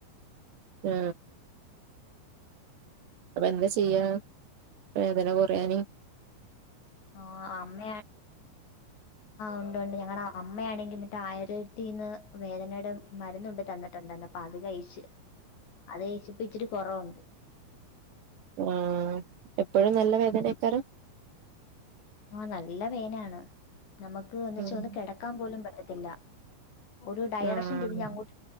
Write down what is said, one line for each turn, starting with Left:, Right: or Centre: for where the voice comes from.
Right: ആഹ അപ്പൊ എന്താ ചെയ്യാ വേദന കൊറയാന്
Left: ആ അമ്മ ഉണ്ട് ഉണ്ട് ഞങ്ങളമ്മ അമ്മയാണെങ്കിൽ എന്നിട്ട് ആയിരത്തിന്ന് വേദനയുടെ മരുന്നുന്ന് കൊണ്ട് തന്നിട്ടുണ്ടന്ന് പാവികഅപ്പ അത് കഴിച്ചു ച് അത്കഴിച്ചപ്പാ ഇച്ചിരി കൊറവുണ്ട്
Right: ആഹ എപ്പോഴും നല്ല വേദനക്കാരം
Left: ആഹ നല്ല പെയ്നാണ് നമുക്ക് എന്ന് വച്ചാ
Right: ആഹ്
Left: ഒന്ന് കിടക്കാൻ പോലും പറ്റത്തി ഇല്ല ഒരു ഡയറക്ഷൻ
Right: ആഹ്
Left: തിരിഞ്ഞ അങ്ങോട്ട്